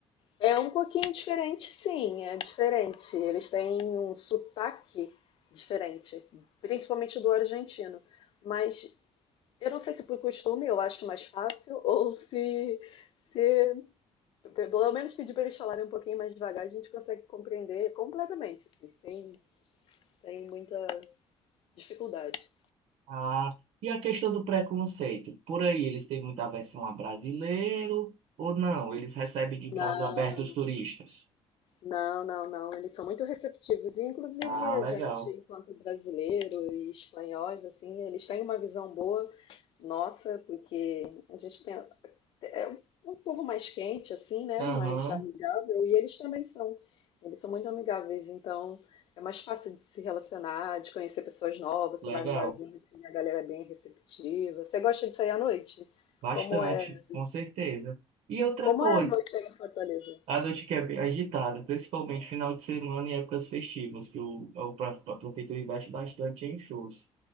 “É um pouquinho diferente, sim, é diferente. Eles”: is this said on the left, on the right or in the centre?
Left